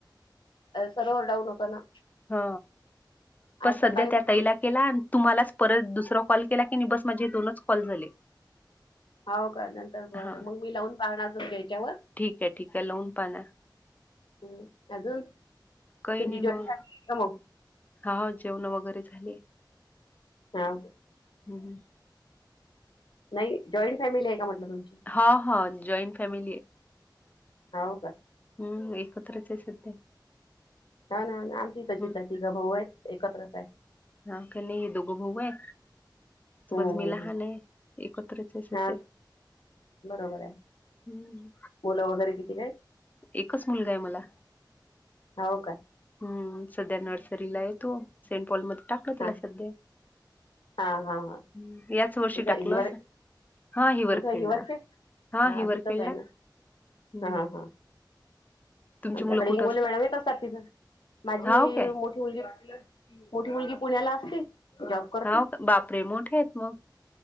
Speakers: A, on the left (about 80°); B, on the left (about 20°).
A: सर ओरडाऊन होत ना.
B: हा पण
A: आज
B: सध्या
A: सकाळी
B: त्या ताईला केला. आण तुम्हालाच परत दुसरा कॉल केला की नाही, बस माझे दोनच कॉल झाले.
A: हो का? नंतर बरं
B: हा
A: मग मी लावून पाहणार होते त्याच्यावर.
B: ठीक आहे ठीक आहे लावून पाना
A: हम्म, अजून
B: काही
A: तुमची
B: नाही
A: जॉईंट
B: मग
A: फॅमिली आहे का मग?
B: हा जेवणं वगैरे झाले.
A: हा. ‌
B: हम्म हम्म.
A: नाही जॉईंट फॅमिली आहे का म्हटलं तुमची?
B: हा हा जॉईंट फॅमिली आहे.
A: हो का?
B: हम्म एकत्रच आहे सध्या.
A: हा ना. आणि आमची तशीच
B: ह
A: आहे, तिघं भाऊ आहेत एकत्रच आहे.
B: हा काही नाही हे दोघ भाऊ आहे. समज
A: हम्म
B: मी
A: हम्म
B: लहान आहे, एकत्रच आहे
A: हम्म
B: सध्या.
A: हा बरोबर आहे.
B: हम्म
A: मुलं वगैरे किती क हायत?
B: एकच मुलगा आहे मला.
A: हाव काय?
B: हम्म, सध्या नर्सरीला आहे तो. सेंट पॉलमध्ये टाकलं त्याला
A: हा
B: सध्या.
A: हा हा हा.
B: हम्म, याच वर्षी
A: <unintelligible>
B: टाकलं
A: इवर
B: असं. हा हिवर
A: कुठ
B: खेळला
A: हिवरचे, हा
B: हिवर
A: तिथंच
B: खेळला
A: आहे ना?
B: हम्म
A: हा हा.
B: तुमची
A: आमच्याकडे
B: मुलं कुठं
A: इंगोले मॅडम येत असतात तिथं, माझी
B: हाव काय?
A: मग <unintelligible> मोठी मुलगी पुण्याला असते. तु जॉब करतीस?
B: हाव का? बापरे! मोठे आहेत मग.